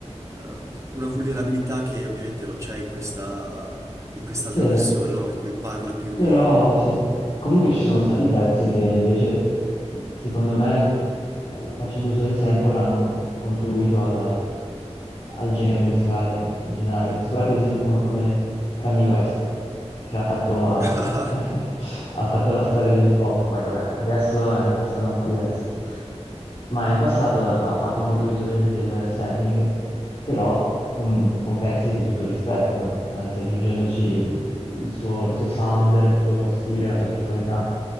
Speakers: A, on the right; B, on the left.
A: eh, una vulnerabilità che ovviamente non c'è in questa, in quest'altra
B: Sì,
A: versione, no? In cui parla più
B: però
A: di...
B: sì, comunque ci sono stati pezzi che invece, secondo me, facendo uso del sample, hanno contribuito alla- al genere musicale in generale. Se guardi ad esempio uno come Kanye West, che ha fatto, ha-
A: <laughs>
B: <laughs> ha fatto la storia dell'hip hop, poi vabbè, adesso è una persona un po' diversa ma in passato ha fatto molto uso del, del sampling, però con, con pezzi di tutto rispetto, anzi aggiungendoci il il suo, il suo sound, il suo stile, la sua personalità.